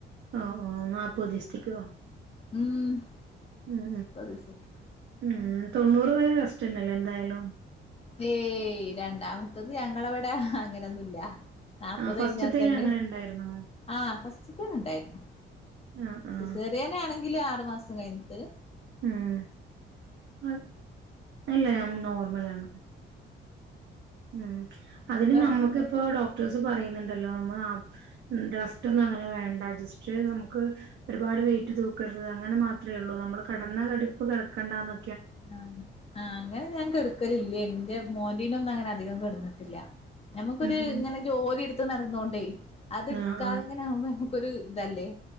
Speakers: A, on the right; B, on the left.
A: ആഹ് നാപ്പത് ഡിസ്ട്രിക്ട്
B: ഉം
A: ഉം
B: നാപ്പത് ദിവസത്ത്ക്ക്
A: ഉം ഉം തൊണ്ണൂറ് വരെ റസ്റ്റന്നല്ലെ എന്തായലും.
B: ഏയ് രണ്ടാമത്തത് ഞങ്ങളവിടെ അങ്ങനൊന്നുല്ല. നാപ്പതയ്ഞ്ഞാത്തന്നെ
A: ആ ഫസ്റ്റ്ത്തേന് അങ്ങനെ ഉണ്ടായിരുന്നോ
B: ആഹ് ഫസ്റ്റ്തത്ണ്ടായിര്ന്നു.
A: ആഹ് ആഹ്
B: സ്‌സേറിയനാണെങ്കില് ആറു മാസം കയ്ഞ്ട്ട്.
A: ഉം അ അല്ല ഞാം നോർമലാണ്. ഉം അതിന്
B: ഇപ്പ
A: നമുക്കിപ്പോ
B: ആഹ്
A: ഡോക്ടേഴ്സ് പറയുന്ന്ണ്ടല്ലോ നമ്മള് ന്നാ ഉം റസ്റ്റൊന്നു അങ്ങനെ വേണ്ട ജസ്റ്റ് നമുക്ക് ഒരുപാട് വെയ്റ്റ് തൂക്കരുത് അങ്ങനെ മാ ത്രേള്ളൂ നമ്മള് കടന്ന കടുപ്പ് കെടക്കണ്ടന്ന
B: ആ ആഹ് അങ്ങനെ ഞാ കെടുക്കലില്ലേന്നു ന്റെ മോൻ്റിനൊന്നു അങ്ങന അധികം കട്ന്നിട്ടില്ല. ഞ്ഞമ്മക്കൊര്
A: ഉം ഉം
B: ങ്ങനെ ജോലിട്ത്ത് നടന്നൊണ്ടേ അത്ട്ക്കാതെങ്ങനാവുമ്പൊ
A: ആഹ് ആഹ്
B: നമ്മക്കൊരു തല്ലേ.